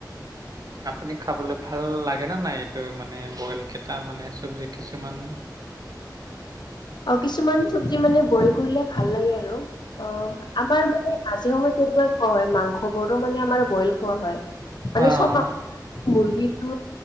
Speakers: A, on the right; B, on the left.
A: আপুনি খাবলৈ ভাল লাগ লাগে নে নাই এইটো মানে বইল কেইটা মানে চব্জি কিছুমান,
B: আও কিছুমান চব্জি মানে বইল কৰিলে ভাল লাগে আৰু অ আমাৰ মানে মাজে সময়ে তেনেকুৱাই খোৱা হয় মাংসবোৰো মানে আমাৰ বইল খোৱা হয় মানে
A: অ',
B: চব মাংস, মুৰ্গীটো